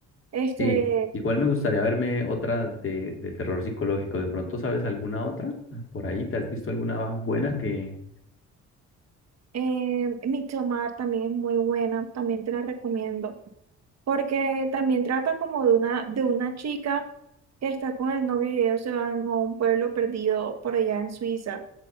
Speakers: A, on the right; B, on the left.
A: Este,
B: Sí, igual me gustaría verme otra de, de terror psicológico. ¿De pronto sabes alguna otra? Ah, Por ahí, ¿te has visto alguna buena que...
A: Eh, Midsommar también es muy buena, también te la recomiendo, porque también trata como de una, de una chica que está con el novio y ellos se van a un pueblo perdido por allá en Suiza